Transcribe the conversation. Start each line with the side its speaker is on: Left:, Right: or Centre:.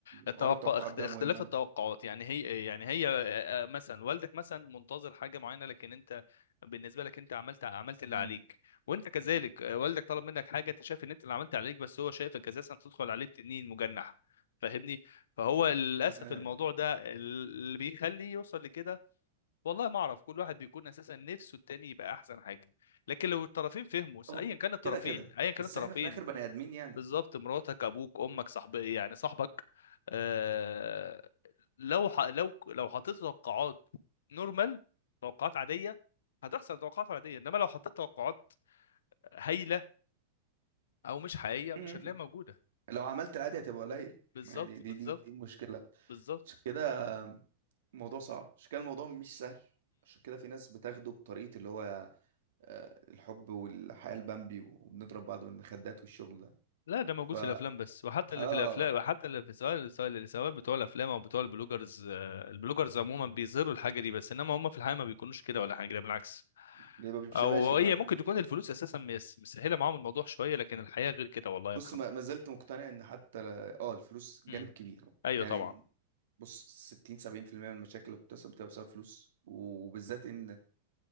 Left: التوقع
Right: حوار التوقعات
Left: اخت-
Right: ده
Left: اختلاف
Right: مهم قوي
Left: التوقعات يعني هي يعني هي آه، آه، مثلا والدك مثلا منتظر حاجه معينه لكن انت بالنسبه لك انت عملت عملت اللي
Right: امم
Left: عليك وانت كذلك آه، والدك طلب منك حاجه انت شايف ان انت اللي عملت عليك بس هو شايفك اساسا بتدخل عليه تنين مجنح فاهمني فهو للاسف
Right: آه،
Left: الموضوع ده اللي بيخليه يوصل لكده والله ما اعرف كل واحد بيكون اساسا نفسه التاني يبقى احسن حاجه لكن لو الطرفين فهموا
Right: أهو،
Left: ايا كان الطرفين
Right: كده كده
Left: ايا كان
Right: بس
Left: الطرفين
Right: احنا في الاخر بني ادمين يعني
Left: بالظبط مراتك ابوك امك صاحب يعني صاحبك آه لو ح... لو لو حطيت توقعات نورمال توقعات عاديه هتحصل توقعات عاديه انما لو حطيت توقعات هايله او مش حقيقيه مش
Right: مم.
Left: هتلاقيها موجوده
Right: لو عملت العادي هتبقى قليل
Left: بالظبط
Right: ما هي دي دي
Left: بالظبط
Right: دي, دي مشكله
Left: بالظبط
Right: عشان كده الموضوع صعب عشان كده الموضوع مش سهل عشان كده في ناس بتاخده بطريقه اللي هو آه، الحب والحياة البامبي وبنضرب بعض بالمخدات والشغل ده
Left: لا ده موجود
Right: ف
Left: في الافلام بس وحتى اللي
Right: اه
Left: في الافلام وحتى اللي في سواء سواء اللي سواء بتوع الافلام او بتوع البلوجرز آه، البلوجرز عموما بيظهروا الحاجه دي بس انما هم في الحقيقه ما بيكونوش كده ولا حاجه ده بالعكس
Right: بيبقى بالشباشب
Left: او هي
Right: بقى
Left: ممكن تكون الفلوس اساسا مس- مسهله معاهم الموضوع شويه لكن الحياه غير كده والله
Right: بص
Left: يا محمد
Right: ما ما زلت مقتنع ان حتى ل- اه الفلوس جانب
Left: امم
Right: كبير
Left: ايوه
Right: يعني
Left: طبعا
Right: بص 60 70% من المشاكل اللي بتحصل بتبقى بسبب فلوس وبالذات ان